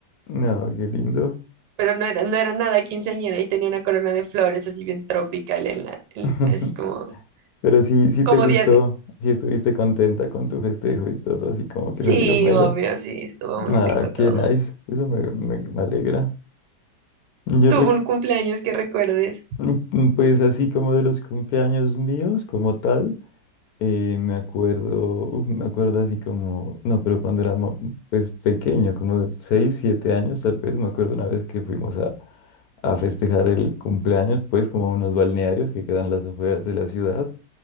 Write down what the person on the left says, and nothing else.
No, qué lindo.
<laughs>
Pero sí, sí
te gustó,
sí estuviste contenta con tu festejo y todo, así como
que salió melo.
Ah,
qué nice. Eso me, me me alegra. Yo
Mm, Pues así como de los cumpleaños míos, como tal, eh, me acuerdo, uf, me acuerdo así como, no, pero cuando era mo- pues pequeño, como de 6, 7 años tal vez, me acuerdo una vez que fuimos a, a festejar el cumpleaños, pues como a unos balnearios que quedan a las afueras de la ciudad,